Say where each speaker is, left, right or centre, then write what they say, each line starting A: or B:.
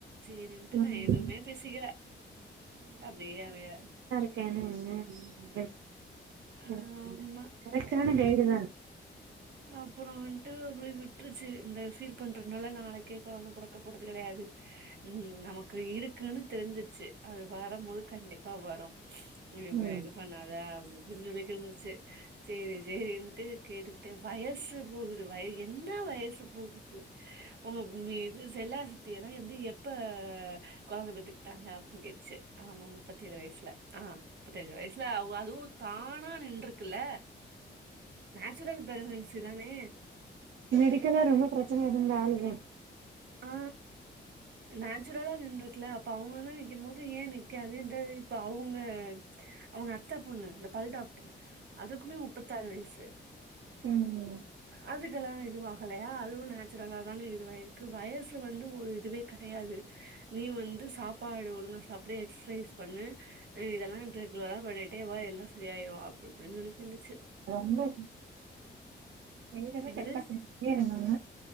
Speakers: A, on the right; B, on the right.
A: சரிண்டு
B: ம்
A: நா எதுவுமே பேசிக்கல அப்டியே அமதியா
B: <unintelligible>
A: ஆமா
B: கரெக்ட் ஆனா டைரி தா
A: அப்பற வந்துட்டு அப்பய் விட்டுருச்சு இந்த ஃபீல் பண்றதுனால நாளைக்கே குழந்த பற புறக்க போறது கிடையாது ம் நமக்கு இருக்குன்னு தெரிஞ்சிச்சு அது வரு போது கண்டிப்பா வரு இ
B: ம்
A: இது பண்ணாதா அப்டி இப்டின்னு சொல்லி இருந்துச்சு சரி சரின்ட்டு கேட்டு வயசு போகுது வய என்ன வயசு போகுது உங்க மீது செல்லா சத்தி எல்லா வந்து எப்ப குழந்தை பெத்துக்கிட்டாங்க அப்டின்னு கேட்ச்சு ஆமா முப்பத்தி ஏழு வயசுல ஆ முப்பதி ஏழு வயசுல ஆகு அதுவு தானா நின்றருக்குல்ல நேச்சுரல் ப்ரேகானன்சி தானே
B: மெடிக்கல்லா ரொம்ப பிரச்சன இருந்த ஆளுத
A: ஆ நேச்சுரலா நின்று இருக்குல்ல அப்ப அவங்கதா நிக்கும் போது ஏய நிக்காது இது இப்ப அவங்க அவங்க அத்த பொண்ணு இந்த பல் டாக்டரு அதுக்குமே முப்பத்த ஆறு வயசு
B: ம் ம்
A: அதுக்கெல்லா இதுவாகலையா அதுவு நேச்சுரலாக தான இதுவாகிருக்கு வயசு வந்து வந்து ஒரு இதுவே கெடையாது நீ வந்து சாப்பாடு ஒழுங்கா சாப்புடு எக்ஸஸைஸ் பண்ணு இ இதெல்லா ரெகுலரா பண்ணிட்டே வா எல்லா சரி ஆயிரு அப்டி இப்டின்னு சொல்லி இருந்துச்சு
B: ம்போ எகிட்ட அதா
A: என்னது
B: கரெக்டா சொல்லிகிட்டே இருந்தாங்க